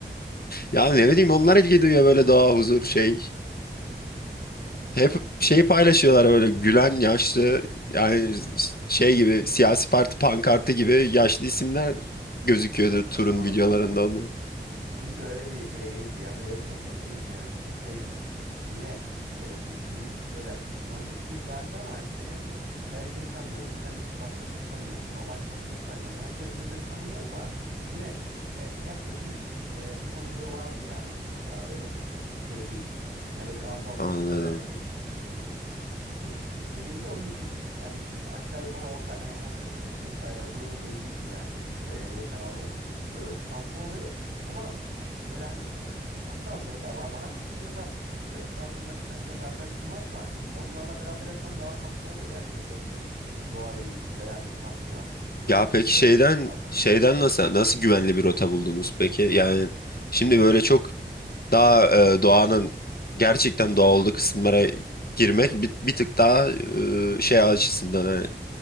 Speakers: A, on the left; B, on the right.
A: Ya ne bileyim onlar ilgi duyuyor böyle doğa, huzur, şey.
B: Abi
A: Hep şeyi paylaşıyorlar böyle gülen yaşlı yani şey gibi siyasi parti pankartı gibi yaşlı isimler gözüküyordu
B: yok
A: turun
B: abi
A: videolarında
B: o zaman
A: onu.
B: Bizimki öyle bir şey değildi ya. Öyle bir topluluk değildi yani. Bizimki şeydi. Yine e, bi- bilindik böyle ta- tanıdık yüzlerdi ama hani işte ne bileyim ben seni tanıyorum. Sen başkasını tanıyorsun. O başkasını tanıyor. Yani herkes birbirini tanımıyor ama yine e, herkesin e, bir tanıdığı vardı yani grupta. Öyle bir grup şey değil. Yani böyle random
A: Anladım.
B: e, bir e, tur şirketi değildi. Onun için yani aşağı yukarı orta yani herkesin yaşı e, grubu belliydi yani e, yaş aralığı. Öyle olunca tatlı oluyor ama böyle hani et- hatta be- be- bana katıl ya da böyle etrafında birkaç tane de arkadaşım varsa onlarla beraber yapman daha tatlı oluyor yani Böyle 4-5 kişilik bir doğa yürüyüşü veya bir kamp falan.
A: Ya
B: Ben çok
A: peki
B: severim
A: şeyden
B: yani zaten.
A: şeyden nasıl nasıl güvenli bir rota buldunuz peki? Yani şimdi böyle çok daha e, doğanın gerçekten doğal olduğu kısımlara girmek bir, bir tık daha e, şey açısından hani